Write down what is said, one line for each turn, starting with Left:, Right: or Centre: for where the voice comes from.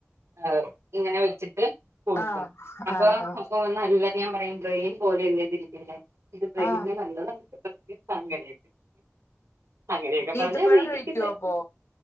Right: ഏറും ഇങ്ങനെ വെച്ചിട്ട് കൊടുക്കും
Left: ആഹ്
Right: അപ്പൊ
Left: ആഹ് ആഹ്
Right: ഓഹ് നല്ലത് ഞാൻ പറയും ബ്രെയിൻ പോലെയല്ലേതിരിക്ക്ന്നേ ഇത് ബ്രെയിൻ
Left: ആഹ്
Right: നല്ലതാ അങ്ങനെയൊക്കെ അങ്ങനെയൊക്കെ
Left: ഈത്തപ്പഴം
Right: പറഞ്ഞ തീറ്റിക്കുന്നെ
Left: കഴിക്കുവോ അപ്പൊ